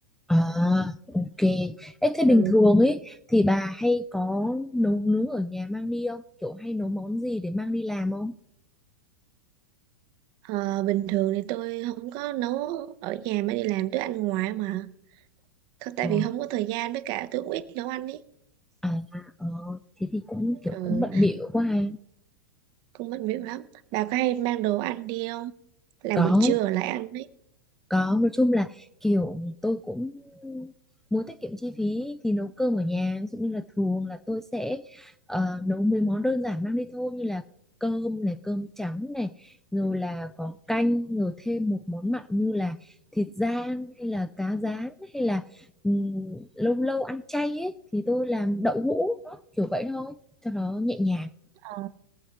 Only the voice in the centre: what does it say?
à ok Ê,
thế bình thường ấy thì bà hay có nấu nướng ở nhà mang đi không kiểu hay nấu món gì để mang đi làm không
Ờ
À, ờ, thế thì cũng kiểu
cũng bận bịu quá ha.
Có,
có nói chung là kiểu tôi cũng muốn tiết kiệm chi phí thì nấu cơm ở nhà. Ví dụ như là thường là tôi sẽ ờ, nấu mấy món đơn giản mang đi thôi như là cơm này, cơm trắng này, rồi là có canh, rồi thêm một món mặn như là thịt rang hay là cá rán hay là ừm, lâu lâu ăn chay ấy thì tôi làm đậu hũ đó, kiểu vậy thôi cho nó nhẹ nhàng.